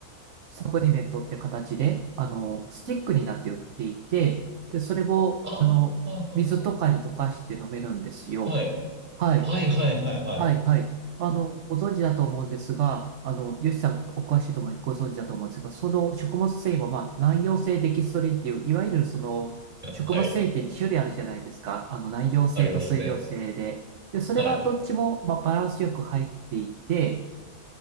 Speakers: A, on the right; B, on the right.
A: サプリメントって形で、あの、スティックになって売っていて、で、それを、
B: ああ、
A: あの、
B: はあはあはあは
A: 水とかに溶かして飲めるんですよ。
B: あはい。
A: はい。
B: はい。はい。はい。はい。
A: はい、はい。あの、ご存知だと思うんですが、あの、ヨシさん、お詳しいと思い、ご存知だと思うんですが、その食物繊維も、まあ、難溶性デキストリンっていう、いわゆるその、食物繊維って2種類あるじゃないですか。
B: はい。
A: あの、難溶性と水溶性で。
B: ありますね。
A: で、それがどっちも、
B: はい。
A: まあ、バランスよく入っていて、